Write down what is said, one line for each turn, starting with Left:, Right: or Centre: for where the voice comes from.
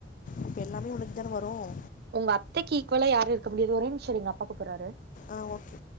Left: இப்ப எல்லாமே உனக்கு தான வரும்
Right: ஒங்க அத்தைக்கு ஈக்குவலா யாரு இருக்க முடியாது ஒரே நிமி சரி எங்க அப்பா கூப்பறாரு
Left: ஆ ஓகே